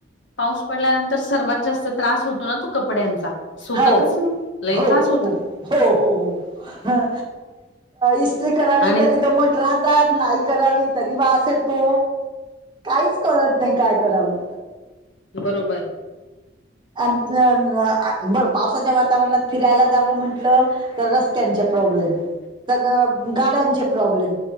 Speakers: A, on the left; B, on the right.
A: पाऊस पडल्यानंतर सर्वात जास्त त्रास होतो ना तो कपड्यांचा सुकतच
B: हो
A: नाही लई
B: हो
A: त्रास होता
B: हो हो हो इस्त्री करावी
A: आणि
B: तरी दममट राहतात नाही करावी तरी वास येतो काहीच कळत नाही काय करावं
A: बरोबर
B: अ बरं पावसाच्या वातावरणात फिरायला जावं म्हंटलं रस्त्यांचे प्रॉब्लेम सग गाड्यांचे प्रॉब्लेम